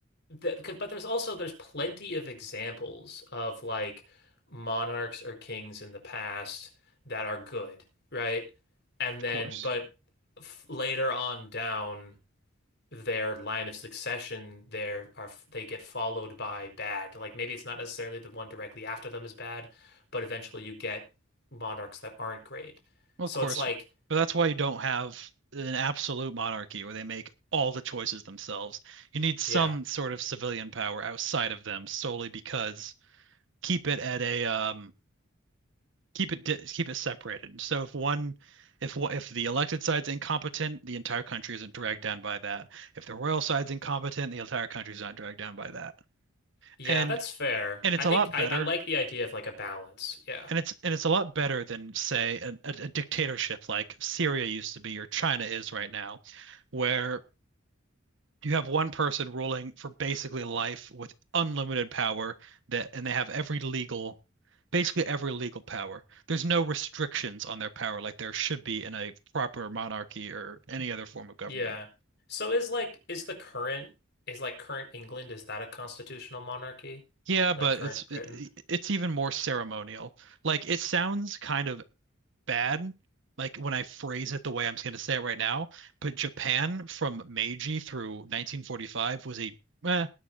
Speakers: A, on the left; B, on the right.
A: th c- but there's also there's plenty of examples of like monarchs or kings in the past that are good, right? And then
B: course.
A: but f later on down their line of succession there are they get followed by bad. Like maybe it's not necessarily the one directly after them is bad, but eventually you get monarchs that aren't great.
B: Well,
A: So
B: of course,
A: it's like,
B: but that's why you don't have an absolute monarchy where they make all the choices themselves. You need some
A: yeah.
B: sort of civilian power outside of them solely because keep it at a um keep it di keep it separated. So if one if wha- if the elected side's incompetent, the entire country isn't dragged down by that. If the royal side's incompetent, the entire country's not dragged down by that.
A: Yeah,
B: And
A: that's fair.
B: And it's
A: I think
B: a lot
A: I,
B: better.
A: I like the idea of like a balance. Yeah.
B: And it's and it's a lot better than, say, a, a, a dictatorship like Syria used to be or China is right now, where you have one person ruling for basically life with unlimited power that and they have every legal, basically every legal power. There's no restrictions on their power like there should be in a proper monarchy or any other form of government.
A: Yeah. So is like is the current is like current England, is that a constitutional monarchy?
B: Yeah, but
A: Like current
B: it's
A: Britain?
B: it, it's even more ceremonial. Like it sounds kind of bad, like when I phrase it the way I'm going to say it right now, but Japan from Meiji through 1945 was a eh,